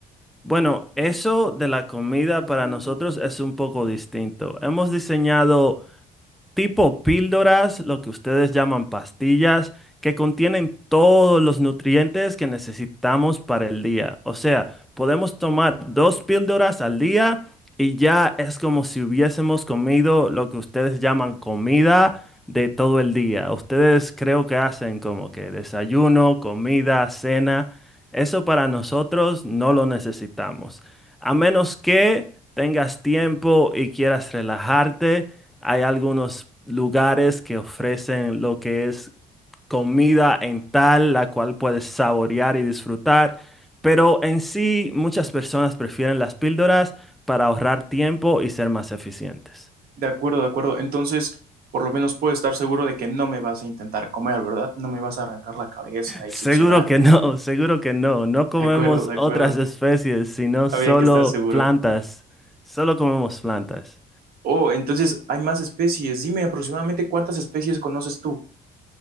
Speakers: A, in the centre; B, on the right.
A: Bueno, eso de la comida para nosotros es un poco distinto. Hemos diseñado tipo píldoras, lo que ustedes llaman pastillas, que contienen todos los nutrientes que necesitamos para el día. O sea, podemos tomar dos píldoras al día y ya es como si hubiésemos comido lo que ustedes llaman comida de todo el día. Ustedes creo que hacen como que desayuno, comida, cena. Eso para nosotros no lo necesitamos. A menos que tengas tiempo y quieras relajarte, hay algunos lugares que ofrecen lo que es comida en tal, la cual puedes saborear y disfrutar. Pero en sí, muchas personas prefieren las píldoras para ahorrar tiempo y ser más eficientes.
B: De acuerdo, de acuerdo. Entonces, por lo menos puedo estar seguro de que no me vas a intentar comer, ¿verdad? No me vas a arrancar la cabeza
A: Seguro
B: y succionar.
A: que
B: <laughs>
A: no, <laughs> seguro que no. No comemos
B: De acuerdo, de acuerdo.
A: otras especies, sino
B: Había
A: solo
B: que estar seguro.
A: plantas. Solo comemos plantas.
B: Oh, entonces hay más especies. Dime aproximadamente cuántas especies conoces tú.